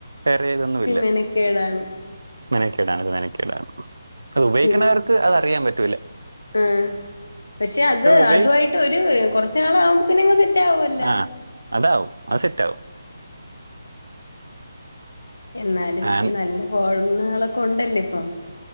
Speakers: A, on the right; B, on the left.
A: <unintelligible>
B: പിന്നെ
A: ഇല്ല
B: മെനക്കേടാണ്
A: മെനക്കേടാണ് മെനക്കേടാണ് അത് ഉപയോഗിക്കണാ
B: പിൻ
A: ക്ക് അറിയാൻ പറ്റൂല്ല
B: ഉം പക്ഷെ അത്
A: ഉപയോഗി
B: അതുായിട്ട് ഒരു കുറച്ചു നാൾ ആകുമ്പോ പിന്നെങ് സെറ്റ് ആവുല്ലോ
A: ആ അതാവും ആ സെറ്റ ആവും
B: എന്നാലും
A: ആൻ-
B: നല്ല ഫോണുകളോകെ ഉണ്ടല്ലേ ഇപ്പം